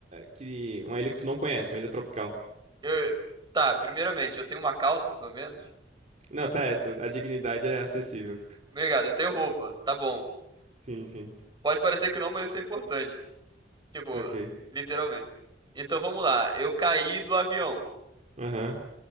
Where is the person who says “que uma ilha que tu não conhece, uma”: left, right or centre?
Right